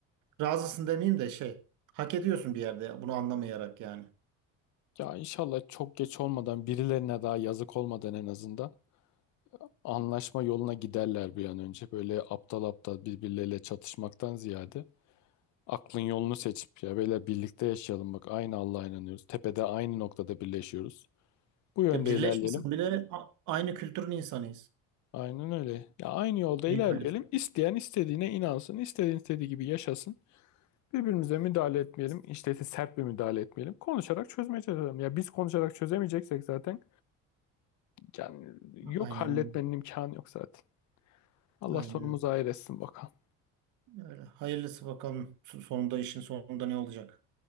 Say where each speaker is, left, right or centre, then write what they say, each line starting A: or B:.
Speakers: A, on the right; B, on the left.
A: Razısın demeyeyim de şey hak ediyorsun bir yerde bunu anlamayarak yani.
B: ya inşallah çok geç olmadan birilerine daha yazık olmadan en azından anlaşma yoluna giderler bir an önce. Böyle aptal aptal birbirleriyle çatışmaktan ziyade aklın yolunu seçip ya böyle birlikte yaşayalım bak aynı Allah'a inanıyoruz. Tepede aynı noktada birleşiyoruz. Bu yönde
A: Ya birleşmesen
B: ilerleyelim.
A: bile a- aynı kültürün insanıyız.
B: Aynen öyle. Ya aynı yolda
A: İyi
B: ilerleyelim.
A: paylaşım.
B: İsteyen istediğine inansın, istediğin istediği gibi yaşasın. Birbirimize müdahale etmeyelim. İşte ise sert bir müdahale etmeyelim. Konuşarak çözmeye çalışalım. Ya biz konuşarak çözemeyeceksek zaten yani yok
A: Aynen
B: halletmenin
A: öyle.
B: imkanı yok zaten. Allah
A: Aynen
B: sonumuzu
A: öyle.
B: hayır etsin bakalım.
A: Öyle. Hayırlısı bakalım sonunda işin sonunda ne olacak.